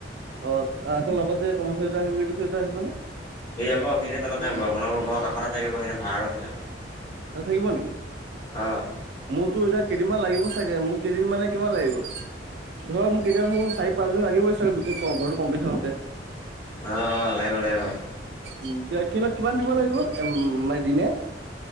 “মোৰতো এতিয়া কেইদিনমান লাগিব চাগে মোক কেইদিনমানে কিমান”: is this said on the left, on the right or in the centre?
Right